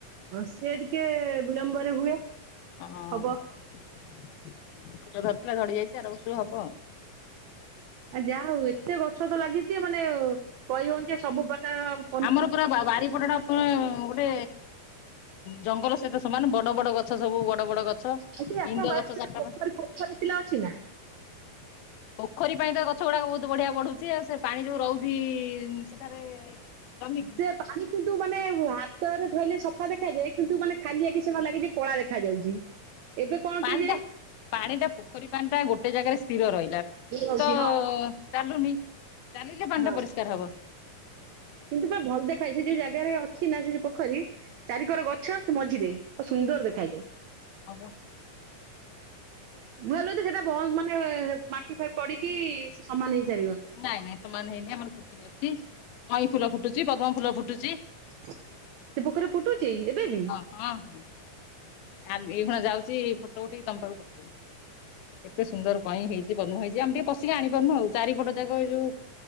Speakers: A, on the right; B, on the left.
A: ହଁ ସିଏ ଟିକେ ବିଳମ୍ବରେ ହୁଏ।
B: ହଁ
A: ହବ।
B: ଫୁଲ ଧରିଥିଲା ଝଡି ଯାଇଚି, ଆର ବର୍ଷକୁ ହବ ଆଉ।
A: ଆ ଯାହା ହଉ, ଏତେ ଗଛ ତ ଲାଗିଚି ମାନେ କହି ହଉନି ଯେ ସବୁ ପ୍ରକାର ଆଉ
B: ଆମର ପୁରା ବାରିପଟ ଟା ପ ଗୋଟେ ଜଙ୍ଗଲ ସହିତ ସମାନ, ବ ବଡ ବଡ ଗଛ ସବୁ, ବଡ ବଡ ଗଛ,
A: ଆକ୍ଚୁଆଲି ଆପଣଙ୍କ
B: ଇନ୍ଦ
A: ବାରି
B: ଗଛ
A: ପଟେ
B: ଚାରିଟା
A: ଗୋଟେ
B: ପାଞ୍ଚ
A: ପୋଖରୀ ପୋଖରୀ ଥିଲା ଅଛି ନା?
B: ପୋଖରୀ ପାଇଁ ତ ଗଛ ଗୁଡାକ ବହୁତ ବଢିଆ ବଢୁଛି ଆଉ, ସେ ପାଣି ଯୋଉ ରହୁଚି ସେଠାରେ ଜମିକି
A: ସେ ପାଣି କିନ୍ତୁ ମାନେ ହାତରେ ଧୋଇଲେ ସଫା ଦେଖାଯାଏ କିନ୍ତୁ ମାନେ ଖାଲି ଆଖି ସେମାନେ ଲାଗିଚି କଳା ଦେଖାଯାଉଛି। ଏବେ କଣ
B: ପାଣି
A: କେଜାଣି
B: ଟା, ପାଣି ଟା ପୋଖରୀ ପାଣି ଟା, ଗୋଟେ ଜାଗାରେ ସ୍ଥିର ରହିଲା। ସେ
A: ରହୁଛି
B: ତ
A: ହଁ
B: ଚାଲୁନି, ଚାଲିଲେ ପାଣି
A: ହଁ
B: ଟା ପରିଷ୍କାର ହବ।
A: କିନ୍ତୁ ବା ଭଲ ଦେଖାଏ, ସେ ଯୋଉ ଜାଗାରେ ଅଛି ନା, ସେ ଯଉ ପୋଖରୀ ଚାରିକର ଗଛ, ସେ ମଝିରେ, ତ ସୁନ୍ଦର ଦେଖାଯାଏ।
B: ହଁ ପା।
A: ନହେଲେ ତ ସେଟା ବନ୍ଦ ମାନେ, ମାଟି ଫାଟି ପଡିକି, ସେ ସମାନ ହେଇସାରିବନି।
B: ନାଇଁ ନାଇଁ ସମାନ ହେଇନି, ଆମର ପୋଖରୀ ଅଛି, କଇଁ ଫୁଲ ଫୁଟୁଚି, ପଦ୍ମ ଫୁଲ ଫୁଟୁଚି।
A: ସେ ପୋଖରୀରେ ଫୁଟୁଚି, ଏବେ ବି?
B: ହଁ ହଁ, କାଲି, ଏଇ ହଁ ଯାଉଚି ଫଟୋ ଉଠେଇକି ତମ ପାଖକୁ ପଠେଇବି। ଏତେ ସୁନ୍ଦର କଇଁ ହେଇଚି, ପଦ୍ମ ହେଇଚି, ଆମେ ଟିକେ ପଶିକି ଆଣିପାରୁନୁ ଆଉ, ଚାରିପଟ ଯାକ ଏଇ ଯଉ